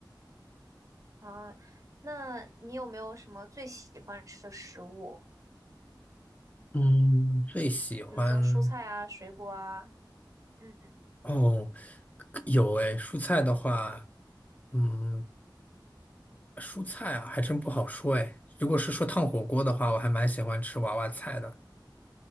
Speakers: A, on the right (about 45°); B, on the left (about 20°).
A: 啊，那你有没有什么最喜欢吃的食物？
B: 嗯，最喜欢
A: 比如说蔬菜啊、水果啊，嗯，
B: 哦，有诶，蔬菜的话，嗯，蔬菜啊，还真不好说哎。如果是说烫火锅的话，我还蛮喜欢吃娃娃菜的。